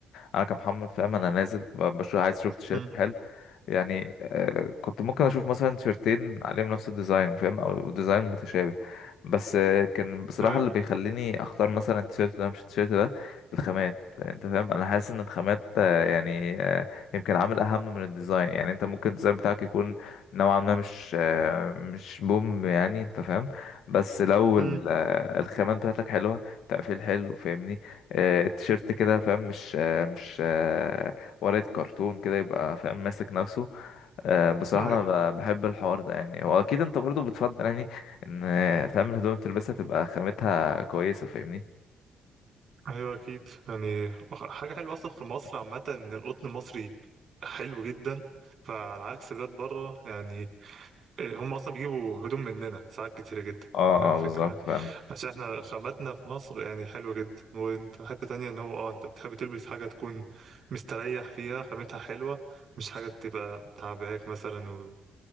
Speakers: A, on the left (about 75°); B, on the right (about 50°).
A: انا كمحمد فاهم انا نازل ب- بشوف عايز اشوف تيشيرت
B: مم.
A: حلو يعني آه، كنت ممكن اشوف مثلا تيشرتين عليهم نفس الديزاين فاهم او ديزاين متشابه بس آه، كان بصراحة
B: أيوه
A: اللي بيخليني اختار مثلا التيشيرت ده مش التيشيرت ده الخامات انت فاهم انا حاسس ان الخامات آه، يعني آه، يمكن عامل اهم من الديزاين يعني انت ممكن الديزاين بتاعك يكون نوعا ما مش آه، مش بوم يعني انت فاهم بس لو
B: مم.
A: ال- آه، الخامات بتاعتك حلوة تقفيل حلو فاهمني آه، التيشيرت كده فاهم مش آه، مش آه، ورقة كرتون كده يبقى فاهم ماسك نفسه آه، بصراحة
B: <laughs> أيوه
A: أنا ب- بحب الحوار ده يعني وأكيد أنت برضو بتفضل يعني إن فاهم الهدوم تلبسها تبقى خامتها كويسة فاهمني
B: أيوه أكيد يعني حاجة حلوة أصلا في مصر عامة إن القطن المصري حلو جدا فعلى عكس بلاد بره يعني هم أصلا بيجيبوا هدوم مننا ساعات كتيرة جدا
A: اه
B: على فكرة
A: اه بالظبط
B: يعني
A: فعلا
B: عشان احنا خاماتنا في مصر يعني حلوة جدا وانت حتة تانية ان هو اه انت بتحب تلبس حاجة تكون مستريح فيها خامتها حلوة مش حاجة تبقى تعباك مثلا